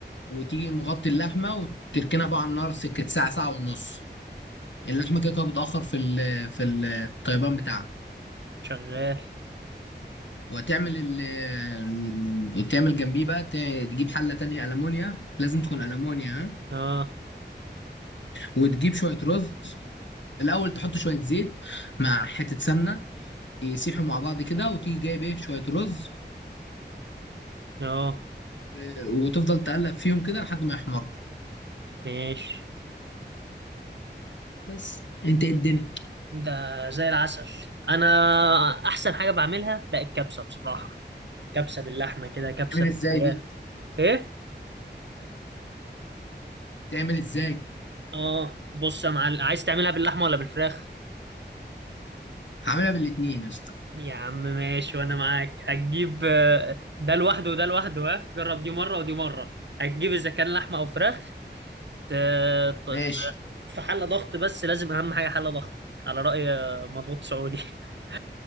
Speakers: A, on the left; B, on the right.
A: وتيجي مغطي اللحمة وتركنها بقى على النار سكة ساعة ساعة ونص اللحمة كده كده بتأخر في ال- في الطيبان بتاعها
B: شغال
A: وتعمل ال تعمل جنبيه بقى ت- تجيب حلة تانية ألمونيا لازم تكون ألمونيا ها؟
B: اه
A: وتجيب شوية رز الأول تحط شوية زيت مع حتة سمنة يسيحوا مع بعض كده وتيجي جايب إيه شوية رز
B: اه
A: و- وتفضل تقلب فيهم كده لحد ما يحمروا
B: ماشي
A: بس أنت إيه الدنيا
B: ده زي العسل انا احسن حاجة بعملها لا الكبسة بصراحة كبسة باللحمة كده كبسة
A: تعمل
B: بالفراخ
A: إزاي دي
B: ايه
A: تعمل إزاي
B: اه بص يا معلم عايز تعملها باللحمه ولا بالفراخ
A: هعملها بالاتنين يا اسطى
B: يا عم ماشي وانا معاك هتجيب آه، ده لوحده وده لوحده ها جرب دي مره ودي مره هتجيب اذا كان لحمه او فراخ ت- ت-
A: ماشي
B: ت- في حله ضغط بس لازم اهم حاجه حله ضغط على راي آه، مضغوط سعودي <laughs>